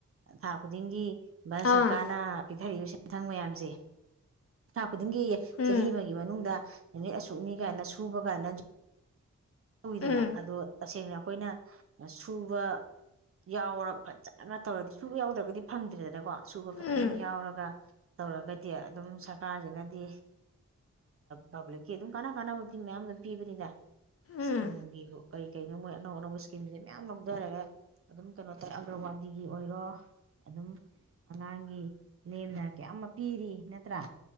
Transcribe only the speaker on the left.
ꯑꯥ
ꯎꯝ
ꯎꯝ
ꯎꯝ
ꯎꯝ